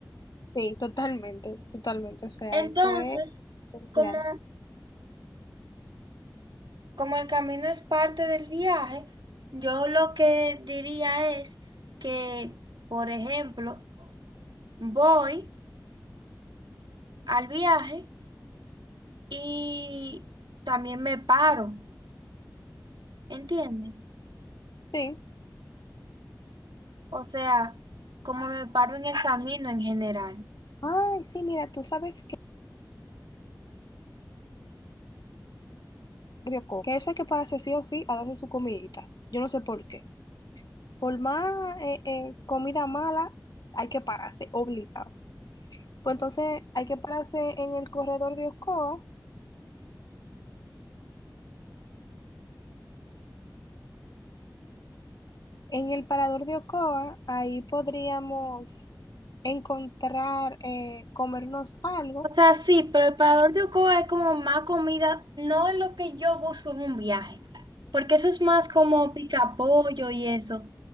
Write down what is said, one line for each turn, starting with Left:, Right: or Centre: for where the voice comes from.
Left: Sí, totalmente, totalmente. O sea,
Right: Entonces,
Left: eso es esencial.
Right: como Como el camino es parte del viaje, yo lo que diría es que, por ejemplo, voy al viaje y también me paro, ¿entiendes?
Left: Sí.
Right: O sea, como me paro en el camino en general.
Left: Ay, sí, mira, tú sabes que bioco- que esa que para sí o sí, ha su comidita. Yo no sé por qué. Por más eh, eh, comida mala, hay que pararse, obligado. Pues entonces hay que pararse en el corredor de Ocoa. En el parador de Ocoa, ahí podríamos encontrar, eh, comernos algo.
Right: O sea, sí, pero el parador de Ocoa es como más comida, no es lo que yo busco en un viaje, porque eso es más como pica pollo y eso.